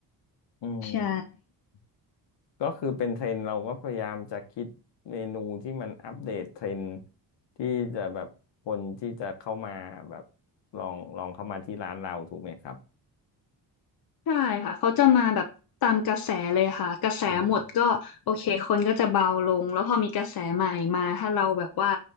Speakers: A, on the left (about 75°); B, on the left (about 55°).
A: อืม
B: ใช่
A: ก็คือเป็นเทรนด์เราก็พยายามจะคิดเมนูที่มันอัปเดตเทรนด์ที่จะแบบคนที่จะเข้ามาแบบลองลองเข้ามาที่ร้านเราถูกไหมครับ
B: ใช่ค่ะเขาจะมาแบบตามกระแสเลยค่ะกระแสหมดก็โอเคคนก็จะเบาลงแล้วพอมีกระแสใหม่มาถ้าเราแบบว่า
A: อืม